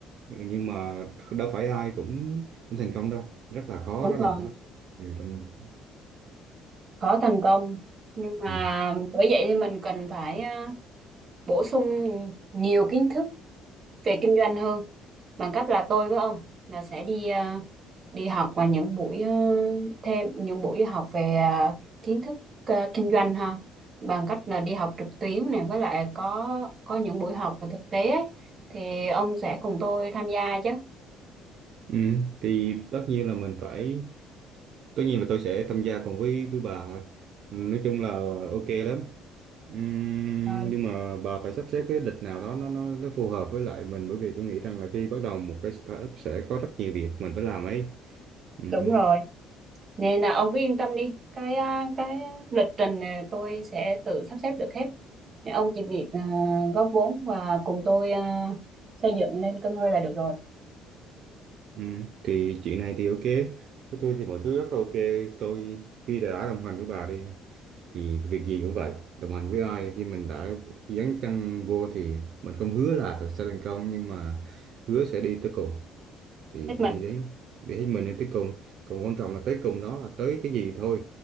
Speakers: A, on the right (about 55°); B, on the right (about 30°).
A: nhưng mà đâu phải ai cũng cũng thành công đâu rất là khó
B: đúng
A: rất
B: rồi
A: là khó ừ, trong...
B: khó thành công nhưng
A: ừ.
B: mà bởi vậy thì mình cần phải ờ, bổ sung nhiều kiến thức về kinh doanh hơn bằng cách là tôi với ông là sẽ đi ờ, đi học và những buổi ờ, thêm những buổi học về ờ, kiến thức ờ, kinh doanh ha bằng cách là đi học trực tuyến này với lại có có những buổi học và thực tế ấy, thì ông sẽ cùng tôi tham gia chứ
A: Ừ, thì tất nhiên là mình phải tất nhiên là tôi sẽ tham gia cùng với với bà thôi. Ừ, nói chung là ok lắm Ừm,
B: Rồi,
A: nhưng mà bà phải sắp xếp cái lịch nào đó nó nó nó phù hợp với lại mình bởi vì tôi nghĩ rằng là khi bắt đầu một cái startup sẽ có rất nhiều việc mình phải làm ấy Ừm,
B: đúng rồi nên là ông cứ yên tâm đi cái ờ, cái lịch trình này tôi sẽ tự sắp xếp được hết nên ông chỉ việc ờ, góp vốn và cùng tôi ờ, xây dựng lên cơ ngơi là được rồi
A: Ừ, thì chuyện này thì ok với tôi thì mọi thứ rất là ok tôi khi đã, đã đồng hành với bà đi thì việc gì cũng vậy đồng hành với ai khi mình đã dấn chân vô thì mình không hứa là sẽ thành công nhưng mà hứa sẽ đi tới cùng thì
B: hết
A: đi
B: mình
A: đến đi hết mình đến tới cùng còn quan trọng là tới cùng đó là tới cái gì thôi